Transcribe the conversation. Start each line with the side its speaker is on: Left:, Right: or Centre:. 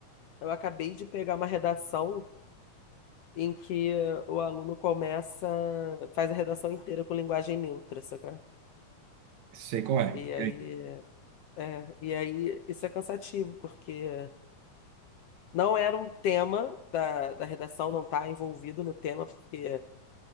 Left: eu acabei de pegar uma redação em que o aluno começa, faz a redação inteira com linguagem neutra, sabe?
Right: Sei qual é.
Left: E aí,
Right: E aí?
Left: é, e aí isso é cansativo, porque Não era um tema da, da redação, não está envolvido no tema, porque